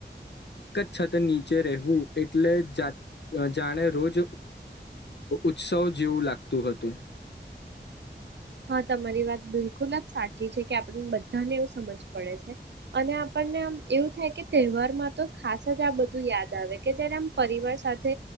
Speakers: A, on the left (about 70°); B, on the right (about 75°).
A: છત નીચે રહેવું એટલે જાત જાણે રોજ ઉત્સવ જેવું લાગતું હતું.
B: હા, તમારી વાત બિલકુલ જ સાચી છે કે આપણ બધાને એવું સમજ પડે છે અને આપણને આમ એવું થાય કે તહેવારમાં તો ખાસ જ આ બધું યાદ આવે કે જયારે આમ પરિવાર સાથે